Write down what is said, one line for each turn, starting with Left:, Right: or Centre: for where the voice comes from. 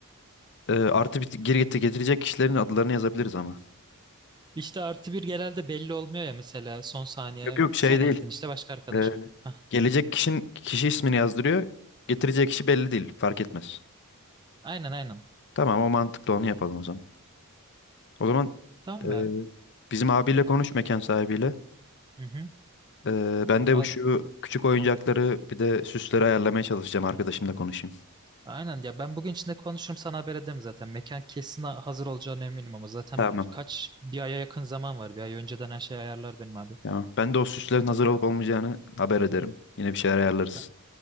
Left: Ee, artı bir geri getir- getirecek kişilerin adlarını yazabiliriz ama.
Right: İşte artı bir genelde belli olmuyor ya mesela son saniye
Left: Yok yok şey
Right: sen
Left: değil.
Right: ektin işte başka arkadaşım.
Left: Ee,
Right: Hah.
Left: gelecek kişinin kişi ismini yazdırıyor. getirecek kişi belli değil. Fark etmez.
Right: Aynen aynen.
Left: Tamam o mantıklı onu yapalım o zaman. O zaman
Right: Tamam
Left: e,
Right: mı?
Left: bizim abiyle konuş mekan sahibiyle.
Right: Hı hı.
Left: Ee, ben de
Right: Val-
Left: bu şu küçük oyuncakları bir de süsleri ayarlamaya çalışacağım. Arkadaşımla konuşayım.
Right: Aynen ya ben bugün içinde konuşurum sana haber ederim zaten. Mekan kesin ha- hazır olacağına eminim ama zaten
Left: Tamam.
Right: kaç bir aya yakın zaman var. Bir ay önceden her şeyi ayarlar benim abi.
Left: Tamam. Ben de o süslerin hazır olup olmayacağını haber ederim. Yine bir şeyler ayarlarız.
Right: Ta-